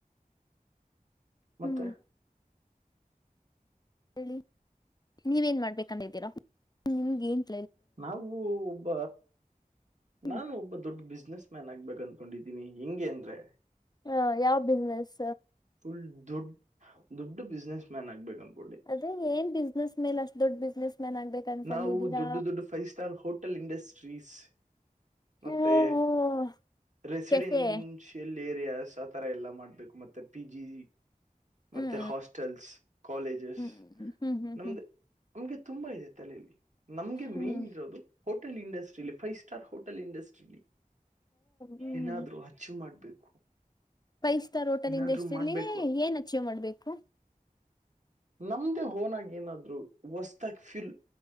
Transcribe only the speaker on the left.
ಹ್ಮ್ ಹೇಳಿ ನೀವೇನ್ ಮಾಡ್ಬೇಕಂತಿದ್ದೀರಾ ನಿಮ್ಗೆನ್
ಹ್ಮ್
ಹ ಯಾವ ಬಿಸ್ನೆಸ್
ಅದೇ ಏನ್ ಬಿಸ್ನೆಸ್ ಮೇಲೆ ಅಷ್ಟ್ ದೊಡ್ಡ ಬಿಸ್ನೆಸ್ ಮ್ಯಾನ್ ಆಗ್ಬೇಕ ಅನ್ಕೊಂಡಿದ್ದೀರಾ
ಹ್ಮ ಹ್ಮ
ಕೆಫೆ
ಹ್ಮ್
ಹ್ಮ್ ಹ್ಮ್ ಹ್ಮ್ ಹ್ಮ್
ಹ್ಮ್
ಹ್ಮ್
ಹ್ಮ್
ಫೈವ್ ಸ್ಟಾರ್ ಹೋಟೆಲ್ಂದ
ಇಂಡಷ್ಟಲ್ಲಿ
ಏನ್ ಅಚೀವ್ ಮಾಡ್ಬೇಕು